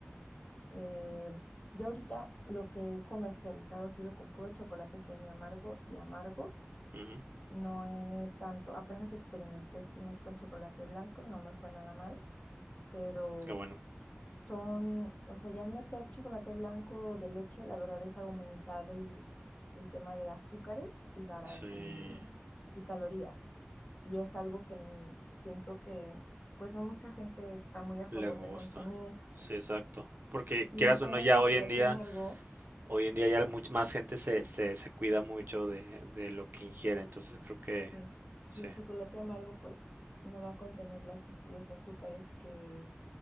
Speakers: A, on the left; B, on the right.
A: Eh, yo ahorita lo que he comercializado ha sido con puro chocolate semi amargo y amargo.
B: ujú,
A: No he tanto, apenas experimenté este mes con chocolate blanco, no me fue nada mal, pero
B: Qué bueno.
A: son, o sea, ya meter chocolate blanco de leche, la verdad es aumentar el, el tema de azúcares y, garan-
B: Sí,
A: y, y calorías. Y es algo que n- siento que pues no mucha gente está muy a favor
B: le gusta.
A: de consumir.
B: Sí, exacto. Porque
A: Y
B: quieras
A: el tema
B: o no, ya
A: del chocolate
B: hoy en día,
A: amargo,
B: hoy en día ya much- más gente se, se, se cuida mucho de, de lo que ingiere. Entonces creo que
A: Sí,
B: sí.
A: y el chocolate amargo pues no va a contener las, az- los azúcares que